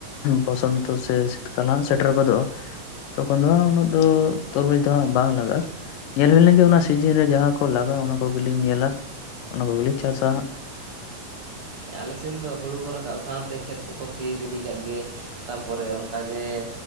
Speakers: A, on the left; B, on the right.
A: ᱵᱚᱥᱚᱱᱛᱚ ᱥᱮ ᱥᱤᱛᱠᱟᱞ ᱥᱮᱴᱮᱨ ᱜᱚᱫᱚᱜᱼᱟ᱾ ᱛᱚᱠᱷᱚᱱ ᱫᱚ ᱦᱟᱸᱜ ᱩᱱᱟᱹᱜ ᱫᱚ ᱛᱚᱨᱢᱩᱡᱽ ᱫᱚ ᱦᱟᱸᱜ ᱵᱟᱝ ᱞᱟᱜᱟᱜᱼᱟ᱾ ᱧᱮᱞ ᱦᱩᱭ ᱞᱮᱱ ᱜᱮ ᱚᱱᱟ ᱠᱚ ᱥᱤᱡᱤᱱ ᱨᱮ ᱡᱟᱦᱟᱸ ᱠᱚ ᱞᱟᱜᱟᱜ ᱚᱱᱟ ᱠᱚᱜᱮ ᱞᱤᱧ ᱧᱮᱞᱟ ᱚᱱᱟ ᱠᱚᱜᱮ ᱞᱤᱧ ᱪᱟᱥᱟ ᱦᱟᱜ᱾
B: ᱦᱮᱸ ᱟᱞᱮ ᱥᱮᱱ ᱫᱚ ᱦᱩᱲᱩ ᱠᱚ ᱨᱟᱠᱟᱵ ᱥᱟᱶᱛᱮ ᱠᱷᱮᱛ ᱠᱚᱠᱚ ᱥᱤ ᱨᱤᱰᱤ ᱠᱟᱜ ᱜᱮ᱾ ᱛᱟᱯᱚᱨᱮ ᱚᱱᱠᱟ ᱜᱮ